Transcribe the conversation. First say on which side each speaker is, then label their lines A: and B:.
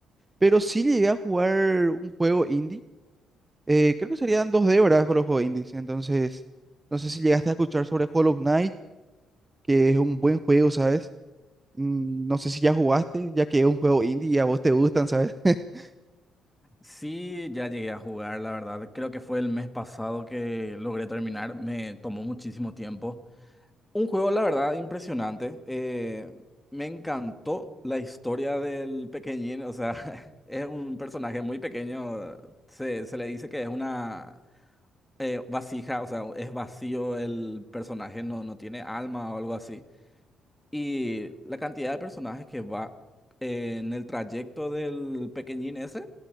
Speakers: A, on the right; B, in the centre.
A: pero sí llegué a jugar un juego indie eh, creo que serían dos Débora con los juegos indies. Entonces, no sé si llegaste a escuchar sobre Hollow Knight, que es un buen juego, ¿sabes? Mm, No sé si ya jugaste, ya que es un juego indie y a vos te gustan, ¿sabes? <laughs>
B: Sí, ya llegué a jugar, la verdad. Creo que fue el mes pasado que logré terminar. Me tomó muchísimo tiempo. Un juego, la verdad, impresionante. Eh, me encantó la historia del pequeñín. O sea, <laughs> es un personaje muy pequeño. Se, se le dice que es una eh, vasija, o sea, es vacío el personaje, no, no tiene alma o algo así. Y la cantidad de personajes que va en el trayecto del pequeñín ese,